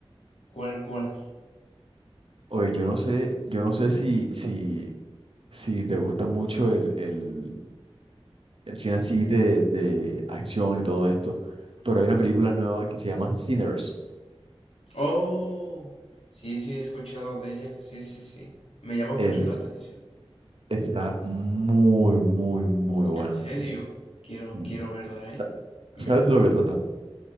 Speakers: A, on the left (about 75°); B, on the right (about 60°).
A: ¿Cuál, cuál?
B: Oye, yo no sé, yo no sé si, si, si te gusta mucho el, el, el cine así de, de acción y todo esto, pero hay una película nueva que se llama Sinners.
A: Oh, sí, sí, he escuchado de ella. Sí, sí, sí. Me llama mucho
B: Es,
A: la atención.
B: está muy, muy, muy buena.
A: En serio, quiero,
B: Sí.
A: quiero verla,
B: Sa-
A: ¿eh? Me,
B: ¿Sabes de lo que trata?